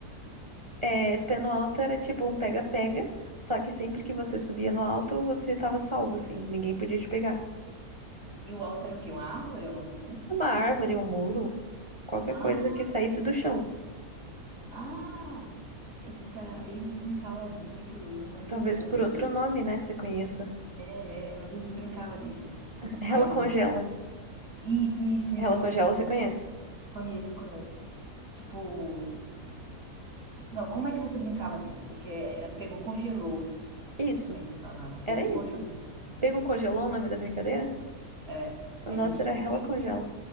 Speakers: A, on the right; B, on the right.
A: É, pé no alto era tipo um pega-pega, só que sempre que você subia no alto, você tava salvo, assim, ninguém podia te pegar.
B: E o alto era o quê? Uma árvore, alguma coisa assim?
A: Uma árvore, um muro, qualquer
B: Ah,
A: coisa que saísse do chão.
B: ah! Eita, a gente brincava disso, eu não lembro
A: Talvez
B: o nome.
A: por outro nome, né? Você conheça.
B: É, é, mas a gente brincava disso.
A: Ela
B: Aí,
A: congela.
B: isso, isso,
A: Ela
B: isso.
A: congela, você conhece.
B: Conheço, conheço. Tipo, não, como é que você brincava disso? Porque era pegou, congelou.
A: Isso.
B: A gente falava, pegou,
A: Era
B: congelou.
A: isso. Pego congelou o nome da brincadeira?
B: É,
A: O
B: a
A: nosso
B: gente
A: era
B: pega-
A: Ela congela.